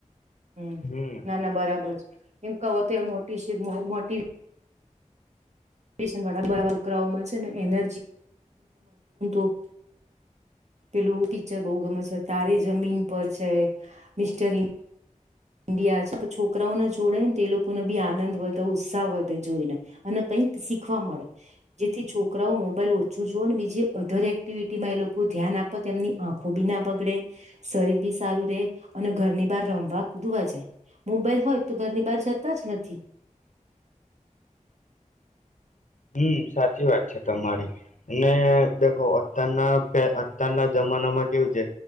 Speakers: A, on the right; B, on the left.
A: હમ્મ
B: હમ
A: ના-ના બરાબર છે. એમ અત્યા મો <inaudible> પિશનવા <unintelligible> છે ને એને <unintelligible> પેલું પીચર બહુ ગમે છે તારે જમીન પર છે, મિસ્ટર ઈન્ ઇન્ડીયા છે. આ છોકરાઓને જોડે તે એ લોકોને બી આનંદ વધે, ઉત્સાહ વધે જોઈને, અને કંઈક શીખવા મળે. જેથી છોકરાઓ મોબાઈલ ઓછું જોવે અને બીજી અધર એક્ટિવિટીમાં એ લોકો ધ્યાન આપે. તેમની આંખો બી ના બગડે, શરીર બી સારું રે અને ઘરની બહાર રમવા દુવા જાય. મોબાઈલ હોય તો ઘરની બહાર જતા જ નથી.
B: હમ્મ સાચી વાત છે તમારી. ને દેખો અત્યારના કે અત્યારના જમાનામાં કેવું છે